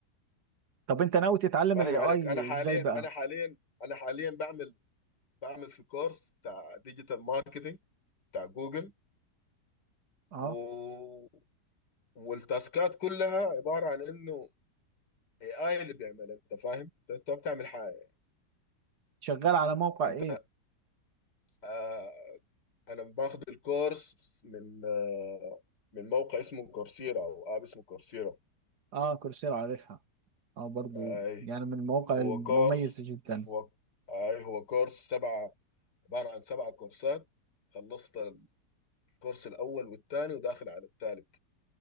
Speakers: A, on the right; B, on the left.
A: طب انت ناوي تتعلم
B: فاهم
A: الاي
B: عليك
A: اي
B: انا حاليا
A: ازاي بقى
B: انا حاليا انا حاليا بعمل بعمل في كورس بتاع ديجيتال ماركتينج بتاع جوجل
A: اه
B: و... والتاسكات كلها عبارة عن انه اي اي اللي بيعمل انت فاهم انت أنت ما بتعمل حاجة
A: شغال على موقع
B: انت
A: ايه
B: آه، انا باخد الكورس من آه، من موقع اسمه كورسيرا او اب اسمه كورسيرا
A: اه كورسيرا عارفها اه برضو
B: اي
A: يعني من المواقع
B: هو
A: المميزه
B: كورس
A: جدا
B: هو اي هو كورس سبعة عبارة عن سبعة كورسات خلصت الكورس الاول والثاني وداخل على الثالث